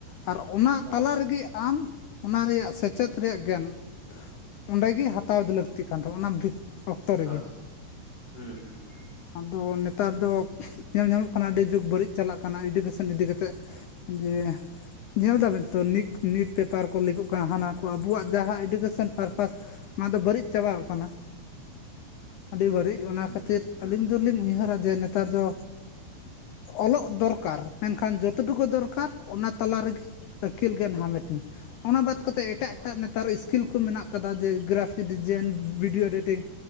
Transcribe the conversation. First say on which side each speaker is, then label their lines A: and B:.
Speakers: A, on the left; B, on the left.
A: ᱟᱨ ᱚᱱᱟ
B: ᱦᱳᱭ
A: ᱛᱟᱞᱟ ᱨᱮᱜᱮ ᱟᱢ ᱚᱱᱟ ᱨᱮᱭᱟᱜ ᱥᱮᱪᱮᱫᱼᱼ <unintelligible> ᱜᱮᱭᱟᱱ ᱚᱸᱰᱮ ᱜᱮ ᱦᱟᱛᱟᱣ ᱞᱟᱹᱠᱛᱤᱜ ᱠᱟᱱ ᱛᱟᱵᱚᱱᱟ ᱚᱱᱟᱼᱼ ᱚᱠᱛᱚ ᱨᱮᱜᱮ
B: ᱦᱳᱭ ᱦᱩᱸ ᱦᱩᱸ ᱦᱩᱸ
A: ᱟᱫᱚ ᱱᱮᱛᱟᱨ ᱫᱚ ᱧᱮᱞ ᱧᱟᱢᱚᱜ ᱠᱟᱱᱟ ᱟᱹᱰᱤ ᱡᱩᱜᱽ ᱵᱟᱹᱲᱤᱡ ᱪᱟᱞᱟᱜ ᱠᱟᱱᱟ ᱮᱰᱩᱠᱮᱥᱚᱱ ᱤᱫᱤ ᱠᱟᱛᱮ ᱡᱮ ᱧᱮᱞ ᱫᱟᱵᱮᱱ ᱛᱚ ᱱᱤ ᱱᱤᱴ ᱯᱮᱯᱟᱨ ᱠᱚ ᱞᱤᱠᱚ ᱠᱟᱱᱟ, ᱦᱟᱱᱟ ᱠᱚ ᱟᱵᱚᱣᱟᱜ ᱡᱟᱦᱟᱸ ᱮᱰᱩᱠᱮᱥᱚᱱ ᱯᱟᱨᱯᱟᱥ ᱚᱱᱟ ᱫᱚ ᱵᱟᱹᱲᱤᱡ ᱪᱟᱵᱟᱣ ᱠᱟᱱᱟ ᱾ ᱟᱹᱰᱤ ᱵᱟᱹᱲᱤᱡ ᱚᱱᱟ
B: ᱦᱩᱸ
A: ᱠᱷᱟᱹᱛᱤᱨ
B: ᱦᱩᱸ
A: ᱟᱹᱞᱤᱧ
B: ᱦᱩᱸ
A: ᱫᱚᱞᱤᱧ ᱩᱭᱦᱟᱹᱨᱟ ᱡᱮ, ᱱᱮᱛᱟᱨ ᱫᱚ ᱚᱞᱚᱜ ᱫᱚᱨᱠᱟᱨ ᱢᱮᱱᱠᱷᱟᱱ ᱡᱚᱛᱚ ᱴᱩᱠᱩ ᱫᱚᱨᱠᱟᱨ ᱚᱱᱟ ᱛᱟᱞᱟ ᱨᱮᱜᱮ ᱟᱹᱠᱤᱞ ᱜᱮᱭᱥᱱ ᱦᱟᱢᱮᱴ ᱢᱮ ᱚᱱᱟ ᱵᱟᱫ ᱠᱟᱛᱮ ᱮᱴᱟᱜ
B: ᱦᱳᱭ
A: ᱮᱴᱟᱜ ᱱᱮᱛᱟᱨ ᱤᱥᱠᱤᱞ ᱠᱚ ᱢᱮᱱᱟᱜ ᱠᱟᱫᱟ ᱡᱮ, ᱜᱨᱟᱯᱷᱤᱠ ᱰᱤᱡᱟᱭᱤᱱ ᱵᱷᱤᱰᱭᱳ ᱮᱰᱤᱴᱤᱝ